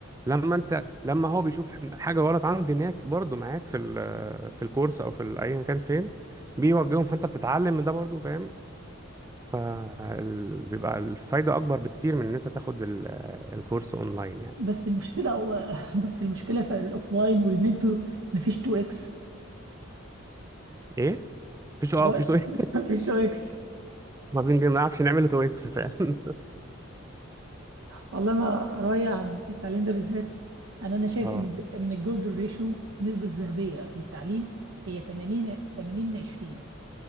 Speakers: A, on the right; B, on the right.
A: لما انت لما هو بيشوف حاجة غلط عند ناس برضو معاك في ال- في الكورس او في ال- ايا كان فين بيوجههم فانت بتتعلم من ده برضو فاهم فبيبقى الفايدة اكبر بكتير من ان انت تاخد ال- الكورس اونلاين يعني
B: بس المشكلة هو <laughs> بس المشكلة في الأوفلاين والمنتور مفيش 2 اكس
A: ايه مفيش اه
B: بقى-
A: مفيش تو إكس.
B: <laughs> مفيش 2 اكس
A: <laughs> ما بنج- ما بنعرفش نعمل تو اكس فعلا <laughs>
B: والله أنا رأيي عن التعليم ده بالذات أنا أنا شايف
A: اه
B: إن إن الجولدن ريشيو النسبة الذهبية للتعليم هي 80 80 20